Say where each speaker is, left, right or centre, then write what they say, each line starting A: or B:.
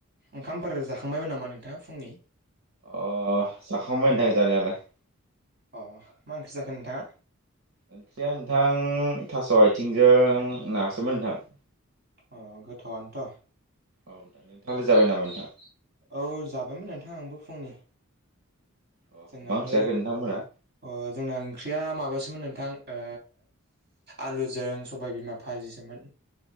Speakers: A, on the right; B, on the right.
A: ओंखामफोर जाखांबायमोन नामा नोंथाङा फुंनि
B: अ जाखांबाय नोथां जानायालाय
A: अ मा ओंख्रि जाखो नोंथाङा।
B: ओंख्रिया नोंथां थास' आथिंजों नासोमोन नोंथां
A: अ गोथावनोथ'
B: औदां नोंथाङालाय जाबाय नामा नोंथां
A: औ जाबायमोन नोंथां आंबो फुंनि
B: अ
A: जोंनाबो
B: मा ओंख्रि जाखो नोंथांमोना
A: ओ जोंना ओंख्रिया माबासोमोन नोंथां ओ आलुजों सबाय बिमा फाजिसोमोन